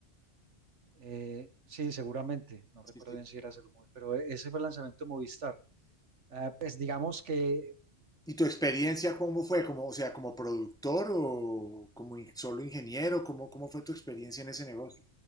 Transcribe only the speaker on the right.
Eh, sí, seguramente, no recuerdo
bien si era Salomón, pero ese fue el lanzamiento de Movistar. Ah, pues digamos que